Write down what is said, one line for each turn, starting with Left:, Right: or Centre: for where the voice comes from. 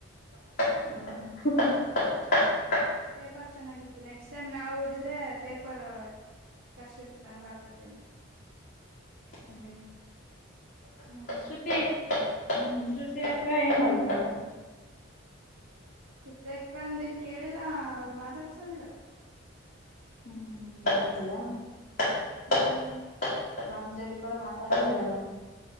Left: ಹ್ಮ್. <inaudible>
Right: ಪೇಪರ್ ಚೆನ್ನಾಗಿತ್ತು ನೆಕ್ಸ್ಟ್ ಟೈಮ್ ನಾವ್ ಓದಿದ್ರೆ ಪೇಪರ್. <inaudible> ಕಷ್ಟ ಇರ್ತ ಹಂಗ ಆಗ್ತದ ಏನು. <inaudible>
Left: ಹಂಗೆ. <unintelligible>
Right: ಹ್ಮ್
Left: <inaudible> ಶೃತಿ ಹ್ಮ ಶೃತಿ ಅಕ್ಕಾ ಹೆಂಗ್ ಬಂದಲ್ಲ ಅಂತ.
Right: ಶೃತಿ ಅಕ್ಕಾ ಅಂದ ಏನ್ ಕೇಳಿಲ್ಲಾ ಅವರ ಮಾತಾಡ್ಸೋದಿಲ್ಲ. <inaudible>
Left: ಹ್ಮ್ ಹೌದ ಅಲ್ಲಾ. <inaudible>
Right: ಹ್ಮ
Left: <inaudible> ನಮ್ಮ ಜೋಡಿ ಕೂಡ ಮಾತಾಡಲ್ಲ ಇವಾಗ.